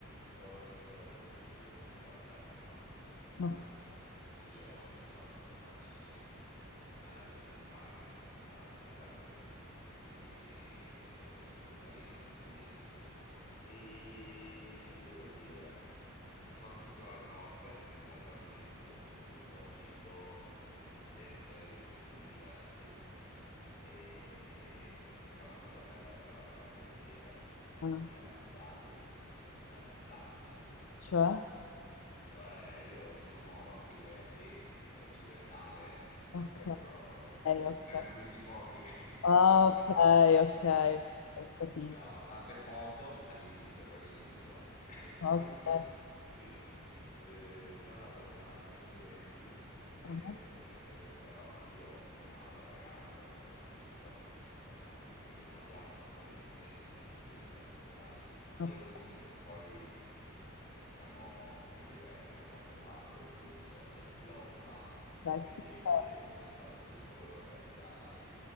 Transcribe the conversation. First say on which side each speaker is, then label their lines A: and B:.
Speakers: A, on the left (about 35°); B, on the left (about 70°).
A: e avevo vinto la borsa di studio per studiare all'estero, no?
B: Ok.
A: In Asia. E quindi ho scelto la facoltà di Management and Finance dalla University e quindi l'ho perseguita lì, no? Per sei mesi. E devo dire Shock culturale forte, molto all'inizio, soprattutto cibo, eh, gente, usi e costumi diversi. E c'è una cosa bella però, eh, devo dire.
B: Ok.
A: Era una star lì, ma una star.
B: Cioè?
A: Cioè, io sono moro, occhi verdi, occidentale,
B: Ok,
A: e loro ne
B: ok.
A: ne hanno visti pochi. <laughs>
B: Ah, ok, ok, ok, ho capito.
A: No, ma tante foto all'inizio, poi si sono abituati. <laughs>
B: Ok.
A: Eh, sono andato con altri studenti, eh,
B: ah,
A: però io e un'altra ragazza ce la siamo vissuta a 160 gradi perché non abbiamo fatto resistenza dal punto di vista culturale, solo
B: Ok,
A: il primo mese, poi siamo, come dire, abbiamo fatto parte del flusso, del flow, no?
B: ok,
A: Quindi
B: sì, certo.
A: abbiamo accettato tutto quello che capitava.